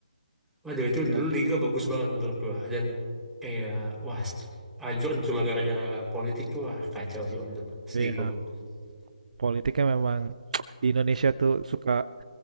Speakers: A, in the centre; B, on the right.
A: Waduh itu
B: Ya.
A: dulu Liga bagus banget menurut gua dan kayak wah hancur cuma gara-gara politik tuh wah kacau sih waktu itu sedih
B: Iya.
A: gua bang.
B: Politiknya memang di Indonesia tuh suka